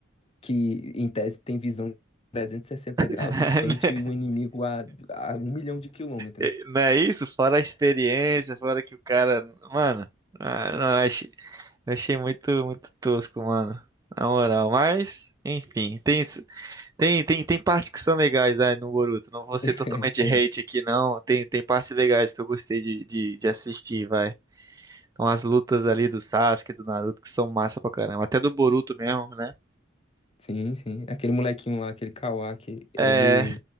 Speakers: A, on the left; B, on the right.
A: que, em tese, tem visão de trezentos e sessenta graus
B: <laughs>
A: e sente o inimigo a, a um milhão de quilômetros.
B: É, Não é isso? Fora a experiência, fora que o cara. Mano, ah, não, eu achei, eu achei muito, muito tosco, mano. Na moral, mas, enfim, tem, isso- tem, tem, tem partes que são legais aí no Boruto. Não vou ser
A: <laughs>
B: totalmente
A: É, tem.
B: hate aqui, não. Tem, tem partes legais que eu gostei de, de, de assistir, vai. Então, as lutas ali do Sasuke, do Naruto, que são massa pra caramba. Até do Boruto mesmo, né?
A: Sim, sim. Aquele molequinho lá, aquele Kawaki,
B: É,
A: ele